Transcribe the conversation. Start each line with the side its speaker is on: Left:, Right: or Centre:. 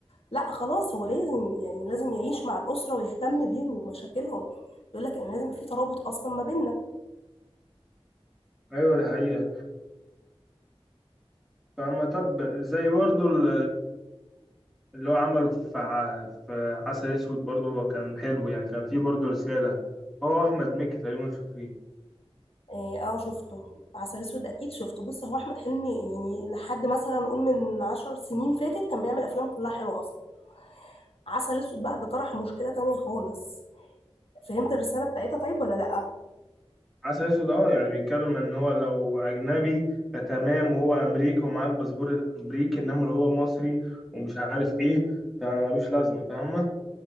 Left: لا خلاص هو لازم يعني لازم يعيش مع الاسره ويهتم بيهم وبمشاكلهم بيقولك ان لازم يبقى في ترابط اصلا ما بيننا
Centre: ايوه دي حقيقة فما طب زي برضو ال- اللي هو عمله في ع- في عسل اسود برضو هو كان حلو يعني كان فيه برضو رسالة هو احمد مكي تقريبا شاطرين
Left: اه آه، شفته عسل اسود اكيد شفته بص هو احمد حلمي يعني لحد مثلا نقول من عشر سنين فاتت كان بيعمل افلام كلها حلوه اصلا عسل اسود بقى ده طرح مشكله تانية خالص فهمت الرساله بتاعتها طيب ولا لا
Centre: عسل اسود اه يعني بيتكلم ان هو لو اجنبي فتمام وهو امريكي ومعاه الباسبور الامريكي انما لو هو مصري ومش عارف ايه فملوش لازمة فاهمة